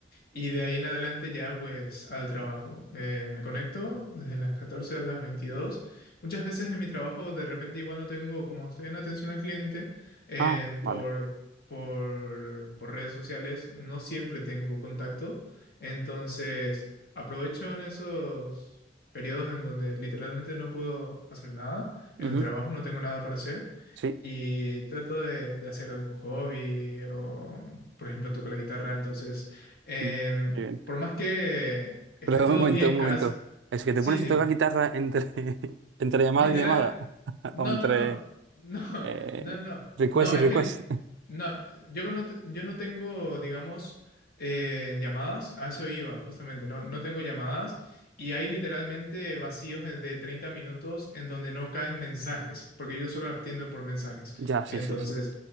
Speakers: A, on the left; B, on the right.
A: Y de ahí en adelante ya pues al trabajo. Eh, me conecto desde las 14 a las veintidós Muchas veces en mi trabajo de repente igual no tengo, como estoy en atención al cliente, eh,
B: Ah, vale.
A: por, por, por redes sociales, no siempre tengo contacto. Entonces aprovecho en esos periodos en donde literalmente no puedo hacer nada, en
B: Ujú,
A: el trabajo no tengo nada para hacer.
B: Sí.
A: Y trato de, de hacer algún hobby o, por ejemplo, toco la guitarra, entonces Em,
B: Mm, qué bien.
A: por más que esté
B: Pero
A: todo
B: un momento,
A: el día en
B: un
A: casa,
B: momento. ¿Es que
A: sí,
B: te pones
A: dime.
B: a tocar guitarra entre, <laughs> entre llamada
A: Literal,
B: y llamada? <laughs>
A: no,
B: ¿O entre
A: no, no. No,
B: eh,
A: <laughs> no, no.
B: request
A: No,
B: y
A: es
B: request?
A: que no, yo que no, te- yo no tengo, digamos, eh, llamadas. A eso iba, justamente. No, no tengo llamadas. Y hay literalmente vacíos de 30 minutos en donde no caen mensajes, porque yo solo atiendo por mensajes.
B: Ya, sí,
A: Entonces,
B: sí, sí.